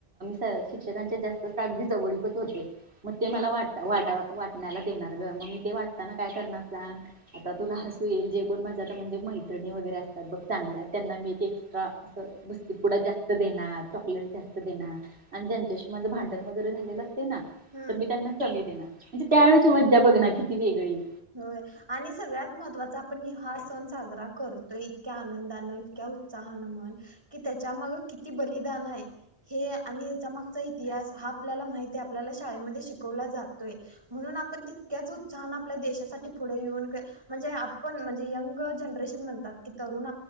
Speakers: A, on the right (about 70°); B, on the right (about 20°).
A: च शिक्षकांच्या जास्तच आगदी जवळीक होत्- होते. म ते मला
B: हा
A: वाट वाटा वाटा- म्याला देणार ग‌. म मी ते वाटताना काय करणार सांग, आता तुला हसू येईल जे- कोण माझ आता म्हणजे मैत्रिणी वगैरे असतात ब चांगल्या त्यांना मी एक्स्ट्रा अस बिस्कीटपुडा जास्त देणार चॉकलेट जास्त देणार आणि ज्यांच्याशी माझं भांडण वगैरे झालेलं- ना
B: हम्म
A: तर मी त्यांना कमी देणार. म्हणजे त्यावेळेची मज्जा बघ ना किती वेगळी-
B: होय. आणि सगळ्यात महत्वाचा आपण हा सण साजरा करतोय, इतक्या आनंदानं इतक्या उत्साहानं म्हण कि त्याच्या मग किती बलिदान आहे, हे आणि याच्या मागचा इतिहास हा आपल्याला माहती आहे. आपल्याला शाळेमध्ये शिकवला जातोय म्हणून आपण तितक्याच उत्साहानं- आपल्या देशासाठी पुढे येऊन, म्हणजे आपण म्हणजे यंग जनरेशन म्हणतात की तरुण